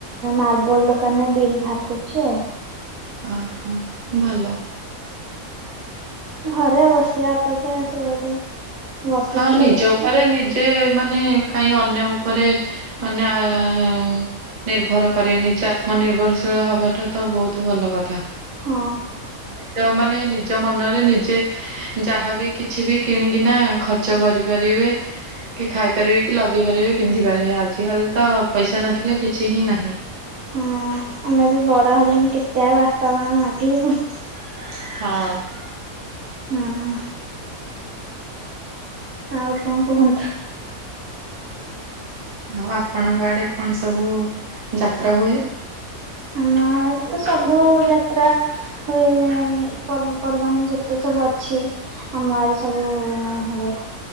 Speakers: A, on the right; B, on the right.
A: ମାର୍ବଲ ଦୋକାନରେ ବିଲ୍ ବାହାର କରୁଛି ଆଉ।
B: ଓ ହ ଭଲ।
A: ଘରେ ବସିବା ଅପେକ୍ଷା ସେ ଗୋଟେ ବସୁଥିଲା
B: ହଁ ନିଜ
A: ସେଠି
B: ଉପରେ ନିଜ ସେ ମାନେ କାହିଁ ଅନ୍ୟ ଉପରେ ମାନେ <unintelligible> ନିର୍ଭର କରିବେ ନିଜେ ଆତ୍ମ ନିିର୍ଭରଶୀଳ ହବାଟା ତ ବହୁତ୍ ଭଲ କଥା।
A: ହଁ
B: ଯୋଉ ମାନେ ନିଜ ନିଜ ମନରେ ନିଜେ ଯାହାବି କିଛି ବି କିଣିକିନା ଖର୍ଚ୍ଚ କରିପାରିବେ। କି ଖାଇ ପାରିବେକି ଲଗେଇ ପାରିବେ। ପିନ୍ଧି ପାରିବେ ଆଜିକାଲିତ ପଇସା ନଥିଲେ କିଛିହିଁ ନାହିଁ।
A: ହଁ ଆମେବି ବଡ ହେଲୁଣି କେତେ ଆଉ ବାପା ମାଙ୍କୁ ମାଗିବୁ।
B: ହଁ।
A: ଉୁଁ ହୁଁ ଆଉ କଣ କୁହନ୍ତୁ?
B: ହଁ ଆପଣଙ୍କ ଆଡେ କଣ ସବୁ ଯାତ୍ରାହୁଏ।
A: ଆମ ଆଡେତ ସବୁଯାତ୍ରା। ପର୍ବପର୍ବାଣି ପର୍ବପର୍ବାଣି ଯେତେ ସବୁ ଅଛି। ଆମ ଆଡେ ସବୁ ଉୁଁ ଉୁଁ ହୁଏ।